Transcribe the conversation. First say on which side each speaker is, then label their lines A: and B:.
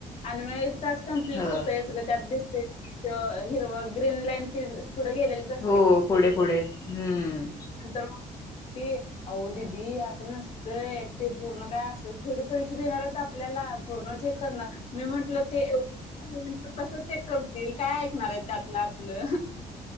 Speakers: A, on the left; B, on the left.
A: आणि मग एक तास कम्प्लीट
B: हो
A: होतोयच, ग त्यात दिसतय हिरवा ग्रीनलाईन पुढं गेलेलीच असत्या
B: हो
A: की
B: पुढे पुढे हम्म
A: नंतर, ते अह दिदी असं नसतंय, ते पूर्ण काय असं थोडे पैसे देणार होत आपल्याला, <unintelligible> पूर्ण जे, मी म्हटलं ते एक कस चेक करतील काय ऐकणार हायत त्यात, ला आपलं